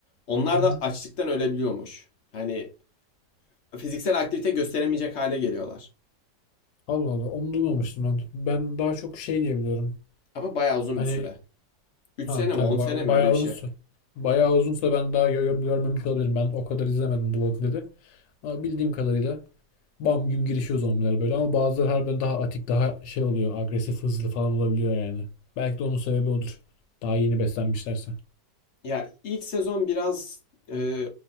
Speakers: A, on the left; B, on the left.
A: Onlar
B: Hı. hı.
A: da açlıktan ölebiliyormuş. Hani fiziksel aktivite gösteremeyecek hale geliyorlar.
B: Allah Allah onu duymamıştım ben. Ben daha çok şey diyebiliyorum.
A: Ama bayağı uzun
B: Hani
A: bir süre. Üç
B: ha
A: sene
B: tabii
A: mi 10 sene
B: ba-
A: mi
B: bayağı
A: öyle bir şey.
B: uzunsa. Bayağı uzunsa ben daha gö gö- görmemiş olabilirim. Ben o kadar izlemedim The Walking Dead'i. Ama bildiğim kadarıyla bam güm girişiyor zombiler böyle ama bazıları harbiden daha atik daha şey oluyor agresif hızlı falan olabiliyor yani. Belki de onun sebebi odur. Daha yeni beslenmişlerse.
A: Ya ilk sezon biraz e,